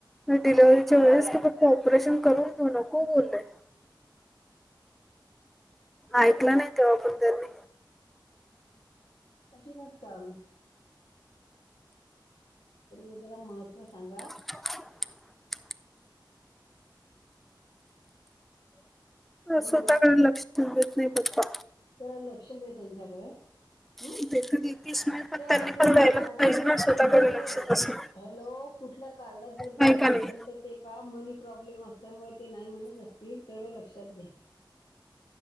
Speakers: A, in the centre; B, on the left.
A: डिलेव्हीरच्या वेळेस की फक्त ऑपरेशन करून घेऊ नको बोलले ऐकलं नाही तेव्हा पण त्यांनी
B: कठीनच कामं तर मी तिला महत्व सांगा
A: <unintelligible>
B: हॅलो
A: स्वतःकडे लक्ष देऊ देत नाही पप्पा
B: जरा लक्ष दे त्यांच्याकडे हं
A: ते तर देतेस नाही पण
B: त्या
A: त्यांनी
B: कुठल्या
A: पण द्यायला
B: कार्डात
A: पाहिजे
B: जर
A: ना स्वतःकडे
B: हॅलो
A: लक्ष तसं
B: हॅलो कुठल्या कार्डात जर बसत
A: नाही का नाही
B: असेल तर ते पा मनी प्रॉब्लेम असल्यामुळे ते नाही म्हणत असतील तेवढं लक्षात घ्या